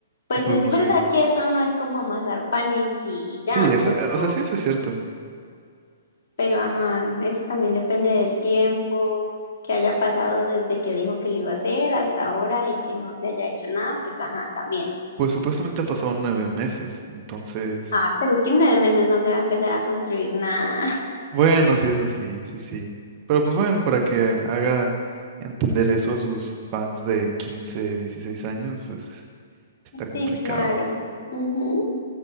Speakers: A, on the left; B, on the right.
A: Pues
B: Y pues
A: es
B: no
A: verdad
B: sé.
A: que eso no es como amasar panes y, y ya,
B: Sí, eso,
A: pero,
B: eh, o sea, sí, eso es cierto.
A: pero ajá, eso también depende del tiempo que haya pasado desde que dijo que lo iba a hacer hasta ahora y que no se haya hecho nada, pues ajá, también.
B: Pues supuestamente ha pasado nueve meses, entonces,
A: Ah, pero es que en nueve meses no se va a empezar a construir nada.
B: bueno, sí, eso sí, sí, sí. Pero pues bueno, para que haga entender eso a sus fans de quince dieciséis años, pues está
A: Sí,
B: complicado.
A: claro. Ujú.